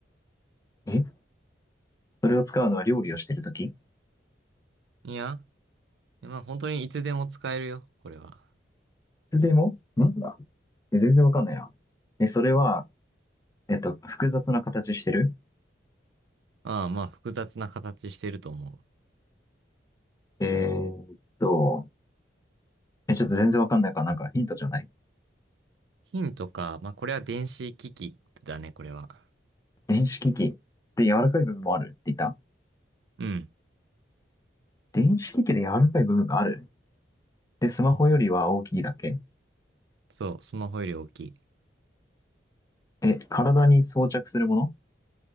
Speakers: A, on the left; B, on the right.
A: えそれを使うのは料理をしてるときい
B: いや、まあ、本当にいつでも使えるよ、これは。
A: つでもなんだえ全然わかんないな。え、それは、えっと、複雑な形してる
B: ああ、まあ、複雑な形してると思う。
A: えーっと、え、ちょっと全然わかんないから、なんかヒントじゃない。
B: 金とか、まあ、これは電子機器だね、これは。
A: 電子機器で柔らかい部分もあるって言った
B: うん。
A: 電子機器で柔らかい部分があるで、スマホよりは大きいだけ
B: そう、スマホより大きい。
A: え、体に装着するも